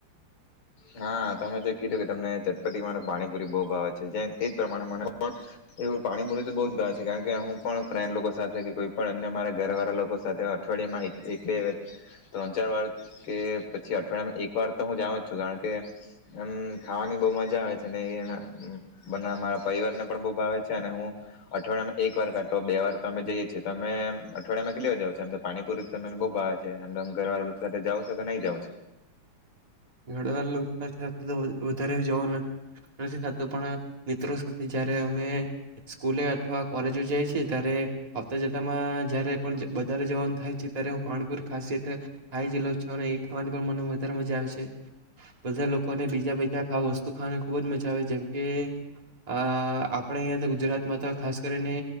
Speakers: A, on the left; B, on the right.
A: હા તમે જે કીધું કે તમને ચટપટીમાં પાણીપુરી બહુ ભાવે છે તે તો મને મને પણ એવું પાણીપુરી બહુ જ ભાવે છે કારણ કે હું પણ ફ્રેન્ડ લોકો સાથે કે કોઈ પણ અન્ય મારા ઘર વાળા લોકો સાથે અઠવાડિયામાં એક બે ત્રણ ચાર વાર કે પછી અઠવાડિયામાં એક વાર તો હું જાઉ જ છું કારણ કે કે એમ ખાવાની બહ મજા આવે છે અને એ એના બ મારા પરિવારને પણ બહુ ભાવે છે અને હું અઠવાડિયામાં એક વાર કરતો બે વાર તો અમે જઈએ છીએ તમે અઠવાડિયામાં કેટલી જાાવ છ એમ તો પાણીપુરી ત બહુ ભાવે છે એમ તો ઘરવાળા લોકો સાથે જાાવ છો કે નહીં જાાવ
B: ઘણીવાર લોકો સાથે વધારે જવાનું ન થી થતું પણ મિત્રો સાથે જયારે અમે સ્કૂલે અથવા કોલેજો જાય છે ત્યારે આવતા જતા માં જ્યારે પણ વધારે જવાનું થાય છે ત્યારે હું પાણીપુરિ ખાસિયત ખાઈ જ લઉં છું અને એ ખાવાની પણ મને વધારે મજા આવે છે. બધા લોકોને બીજા બીજા વસ્તુ ખાવાની ખુબ જ મજા આવે જેમ કે આ આપણે અહં તો ગુજરાતમાં તો ખાસ કરીને